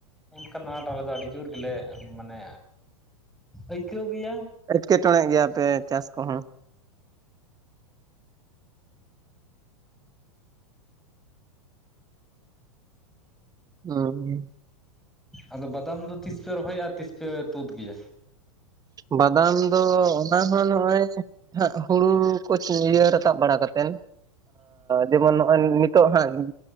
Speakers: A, in the centre; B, on the right.
A: ᱚᱱᱠᱟᱱ ᱟᱸᱴ ᱟᱞᱮ ᱫᱚ ᱟᱹᱰᱤ ᱡᱳᱨ ᱜᱮᱞᱮ ᱢᱟᱱᱮ ᱟᱹᱭᱠᱟᱹᱣ ᱜᱮᱭᱟ
B: ᱮᱴᱠᱮᱴᱚᱬᱮᱜ ᱜᱮᱭᱟᱯᱮ ᱪᱟᱥ ᱠᱚᱦᱚᱸ ᱦᱩᱸ
A: ᱟᱫᱚ ᱵᱟᱫᱟᱢ ᱫᱚ ᱛᱤᱥ ᱯᱮ ᱨᱚᱦᱚᱭᱟ ᱛᱤᱥ ᱯᱮ ᱛᱩᱫᱽ ᱜᱮᱭᱟ
B: ᱵᱟᱫᱟᱢ ᱫᱚ ᱚᱱᱟ ᱦᱚᱸ ᱱᱚᱜᱼᱚᱭ ᱦᱩᱲᱩ ᱠᱚ ᱪᱷᱩᱲᱤᱭᱟᱹ ᱨᱟᱠᱟᱵ ᱵᱟᱲᱟ ᱠᱟᱛᱮᱱ ᱡᱮᱢᱚᱱ ᱱᱚᱜᱼᱚᱭ ᱱᱤᱛᱚᱜ ᱦᱟᱸᱜ